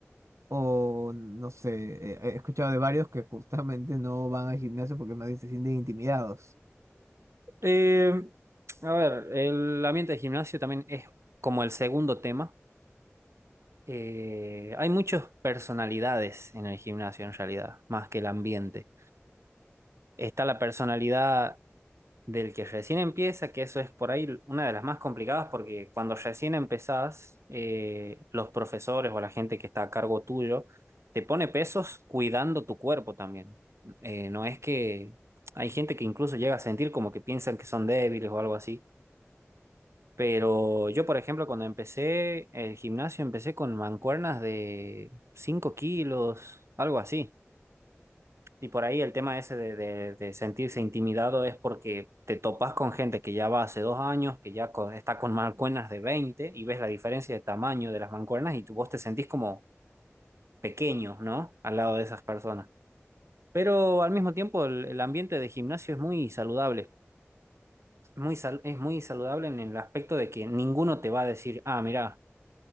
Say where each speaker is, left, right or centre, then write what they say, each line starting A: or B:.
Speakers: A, on the right (about 80°); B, on the right (about 70°).
A: O no sé, eh, he escuchado de varios que justamente no van al gimnasio porque más bien se sienten intimidados.
B: Eh, a ver, el ambiente de gimnasio también es como el segundo tema. Eh, hay muchas personalidades en el gimnasio en realidad, más que el ambiente. Está la personalidad del que recién empieza, que eso es por ahí una de las más complicadas porque cuando recién empezás, eh, los profesores o la gente que está a cargo tuyo te pone pesos cuidando tu cuerpo también. Eh, no es que hay gente que incluso llega a sentir como que piensan que son débiles o algo así. Pero yo, por ejemplo, cuando empecé el gimnasio, empecé con mancuernas de 5 kilos, algo así. Y por ahí el tema ese de, de, de sentirse intimidado es porque te topas con gente que ya va hace dos años, que ya co- está con mancuernas de 20 y ves la diferencia de tamaño de las mancuernas y tú, vos te sentís como pequeño, ¿no? Al lado de esas personas. Pero al mismo tiempo el, el ambiente de gimnasio es muy saludable, muy sal- es muy saludable en el aspecto de que ninguno te va a decir, ah, mira,